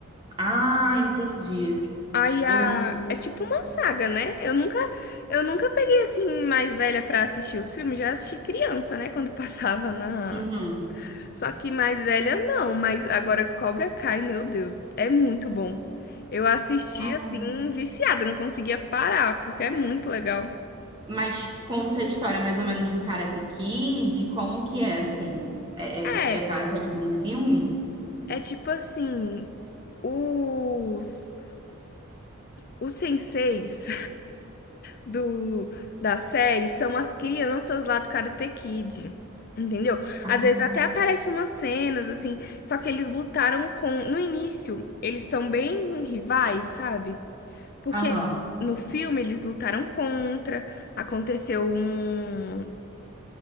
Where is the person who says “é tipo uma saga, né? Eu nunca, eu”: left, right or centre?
Left